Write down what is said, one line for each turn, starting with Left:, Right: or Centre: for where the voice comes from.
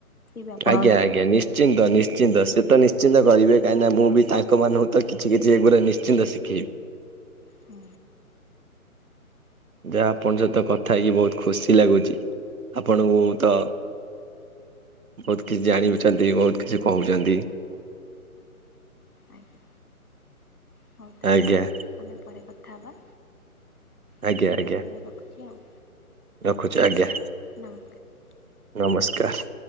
Left: ବି ଆପଣଙ୍କ
Right: ଆଜ୍ଞା
Left: ଠାରୁ
Right: ଆଜ୍ଞା ନିଶ୍ଚିନ୍ତ ନିଶ୍ଚିନ୍ତ ସେ ତ ନିଶ୍ଚିତ। ନିଶ୍ଚିନ୍ତ କରିବେ କାହିଁକିନା ମୁଁ ବି ତାଙ୍କମାନଙ୍କୁ ତ କିଛି କିଛି ଏଗୁଡ଼ା ନିଶ୍ଚିନ୍ତ ଶିଖେଇବି।
Left: ହୁଁ।
Right: ଯାହା ଆପଣଙ୍କ ସହିତ କଥା ହେଇକି ବହୁତ ଖୁସି ଲାଗୁଛି ଆପଣଙ୍କୁ ମୁଁ ତ ବହୁତ କିଛି ଜାଣି ବି ଛନ୍ତି ବହୁତ କିଛି କହୁଛନ୍ତି।
Left: ଆଜ୍ଞା ହଉ ତାହେଲେ
Right: ଆଜ୍ଞା
Left: ଆଉ ଆମେ ପରେ କଥା ହେବା। ଏବେ
Right: ଆଜ୍ଞା ଆଜ୍ଞା
Left: ତାହେଲେ ରଖୁଛି ଆଉ।
Right: ରଖୁଛି ଆଜ୍ଞା,
Left: ନମସ୍କାର।
Right: ନମସ୍କାର।